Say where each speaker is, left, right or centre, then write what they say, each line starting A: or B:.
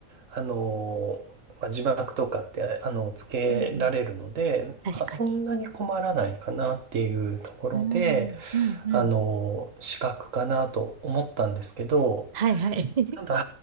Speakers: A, on the right (about 65°); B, on the right (about 40°).
A: あの、まあ、字幕とかって、あの、つけられるので、
B: うんうん。確かに。
A: まあそんなに困らないかなっていうところで、
B: うん。うんうん。
A: あの、資格かなと思ったんですけど、
B: はいはい。<laughs>
A: ただ